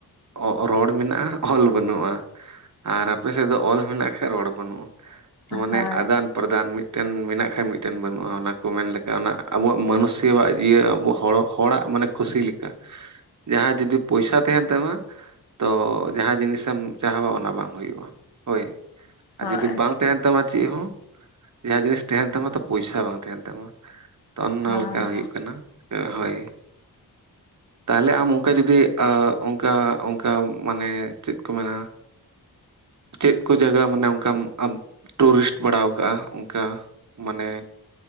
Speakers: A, on the right (about 50°); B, on the left (about 85°).
A: ᱚᱸ ᱨᱚᱲ ᱢᱮᱱᱟᱜᱼᱟ ᱚᱞ ᱵᱟᱹᱱᱩᱜᱼᱟ ᱟᱨ ᱟᱯᱮ ᱫᱚ ᱚᱞ ᱢᱮᱱᱟᱜ ᱠᱷᱟᱜ ᱨᱚᱲ ᱵᱟᱹᱱᱩᱜᱼᱟ ᱢᱟᱱᱮ
B: ᱦᱳᱭ
A: ᱟᱫᱟᱱ ᱯᱨᱚᱫᱟᱱ ᱢᱤᱫᱴᱮᱱ ᱢᱮᱱᱟᱜ ᱠᱷᱟᱱ ᱢᱤᱫᱴᱮᱱ ᱵᱟᱹᱱᱩᱜᱼᱟ ᱚᱱᱟ ᱠᱚ ᱢᱮᱱ ᱞᱮᱠᱟ ᱚᱱᱟ ᱟᱵᱚᱣᱟᱜ ᱢᱟᱹᱱᱩᱥᱣᱟᱜ ᱡᱤᱭᱟᱹ ᱟᱵᱚ ᱦᱚᱲ ᱦᱚᱲᱟᱜ ᱢᱟᱱᱮ ᱠᱷᱩᱥᱤ ᱞᱮᱠᱟ ᱡᱟᱦᱟᱸ ᱡᱩᱫᱤ ᱯᱚᱭᱥᱟ ᱛᱟᱦᱮᱱ ᱛᱟᱢᱟ ᱛᱚ ᱡᱟᱦᱟᱸ ᱡᱤᱱᱤᱥᱮᱢ ᱪᱟᱦᱟᱣᱟ ᱚᱱᱟ ᱵᱟᱝ ᱦᱩᱭᱩᱜᱼᱟ, ᱦᱳᱭ
B: ᱦᱳᱭ
A: ᱟᱨ ᱡᱩᱫᱤ ᱵᱟᱝ ᱛᱟᱦᱮᱱ ᱛᱟᱢᱟ ᱪᱮᱫ ᱦᱚᱸ ᱡᱟᱦᱟᱸ ᱡᱤᱱᱤᱥ ᱛᱟᱦᱮᱱ ᱛᱟᱢᱟ ᱛᱚ ᱯᱚᱭᱥᱟ ᱵᱟᱝ ᱛᱟᱦᱮᱱ ᱛᱟᱢᱟ᱾ ᱚᱱᱱᱚ
B: ᱦᱚᱸ
A: ᱞᱮᱠᱟ ᱦᱩᱭᱩᱜ ᱠᱟᱱᱟ ᱦᱳᱭ ᱛᱟᱦᱚᱞᱮ ᱟᱢ ᱚᱱᱠᱟ ᱡᱩᱫᱤ ᱟ ᱚᱱᱠᱟ ᱚᱱᱠᱟ ᱢᱟᱱᱮ ᱪᱮᱫ ᱠᱚ ᱢᱮᱱᱟ ᱪᱮᱫ ᱠᱚ ᱡᱟᱜᱟ ᱢᱟᱱᱮ ᱚᱱᱠᱟᱢ ᱟᱢ ᱴᱩᱨᱤᱥᱴ ᱵᱟᱲᱟᱣ ᱠᱟᱜᱼᱟ ᱚᱝᱠᱟ ᱢᱟᱱᱮ